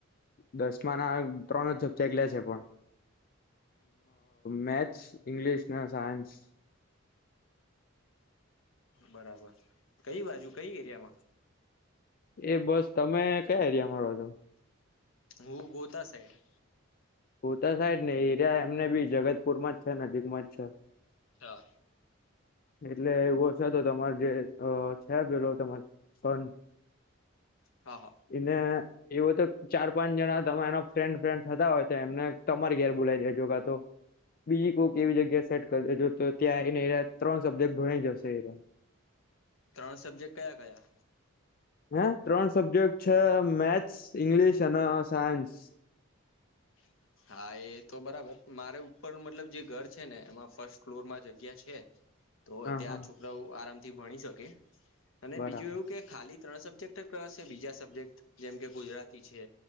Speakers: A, on the left; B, on the left.
A: દસમા ના ત્રણ જ સબ્જેક્ટ લેશે પણ મેથ્સ ઇંગ્લિશ ને સાયન્સ.
B: બરાબર કઈ બાજુ કઈ એરિયામાં.
A: એ બસ તમે કયા એરિયામાં રહો છો.
B: હું ગોતા સાઈડ.
A: ગીતા સાઈડ ને એરિયા એમને બી જગત પુરમાં જ છે નજીકમાં જ છે.
B: અચ્છા.
A: એટલે એવું છે તો તમારે જે છે પેલો તમાર સન
B: હા હા
A: એને એવો તો ચાર પાંચ જણા તમા એનો ફ્રેન્ડ ફ્રેન્ડ થતા હોય એમને તમારી ઘેર બોલાવી દેજો કાતો બીજી કોઈક એવી જગ્યા સેટ કરી દેજો તો ત્યાં એને ત્રણ સબ્જેક્ટ ભણાઈ જશે એ.
B: ત્રણ સબ્જેક્ટ કયા કયા.
A: હ ત્રણ સબ્જેક્ટ છે મેથ્સ ઈંગ્લિશ અને સાયન્સ.
B: <inaudible> હા એ તો બરાબર મારે ઉપર મતલબ જે ઘર છે ને એમાં ફર્સ્ટ ફ્લોર માં જગ્યા છે જ. તો
A: હા
B: ત્યાં
A: હા
B: છોકરાઓ આરામથી ભણી શકે અને
A: બરાબર
B: બીજું એવું કે ખાલી ત્રણ સબ્જેક્ટ જ કશે બીજા સબ્જેક્ટ જેમ કે ગુજરાતી છે